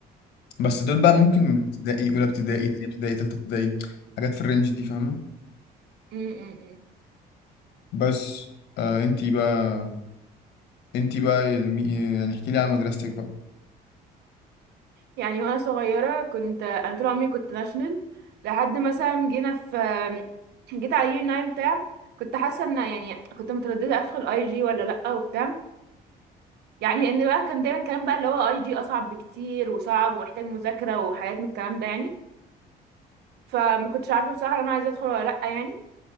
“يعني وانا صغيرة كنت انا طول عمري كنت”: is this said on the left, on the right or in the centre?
Right